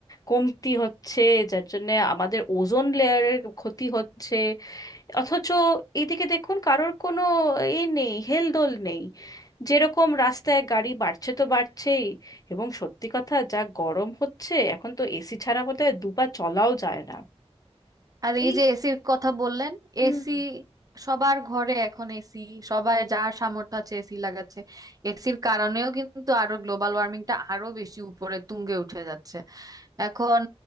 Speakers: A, on the left; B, on the right.
A: কমতি হচ্ছে যার জন্যে আমাদের ওজোন লেয়ারের ক্ষতি হচ্ছে অথচ এদিকে দেখুন কারোর কোনো এ নেই হেলদোল নেই যেরকম রাস্তায় গাড়ি বাড়ছে তো বাড়ছেই এবং সত্যি কথা যা গরম হচ্ছে এখন তো এসি ছাড়া বোধহয় দুপা চলাও যায় না
B: আর এই
A: এই
B: যে এসির কথা বললেন
A: হুম
B: এসি সবার ঘরে এখন এসি সবাই যার সামর্থ্য আছে এসি লাগাচ্ছে এসির কারণেও কিন্তু আরো গ্লোবাল ওয়ার্মিংটা আরো বেশি উপরে তুঙ্গে উঠে যাচ্ছে এখন